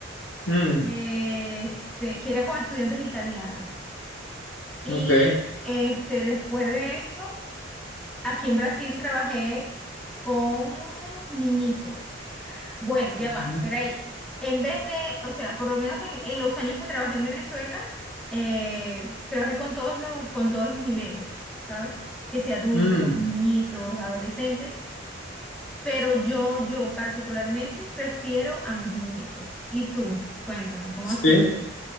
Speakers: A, on the left (about 80°); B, in the centre.
A: mm.
B: este, que era con estudiantes italianos. Y
A: Ok.
B: este, después de eso, aquí en Brasil trabajé con niñitos. Bueno, ya
A: ok.
B: va, espera ahí. En vez de, o sea, por lo menos en, en los años que trabajé en Venezuela, eh, trabajé con todos los, con todos los niveles, ¿sabes? Que sea adultos,
A: Mm,
B: niñitos, adolescentes. Pero yo, yo particularmente prefiero a mis niñitos. ¿Y tú? Cuéntame, ¿cómo
A: Sí.
B: ha sido?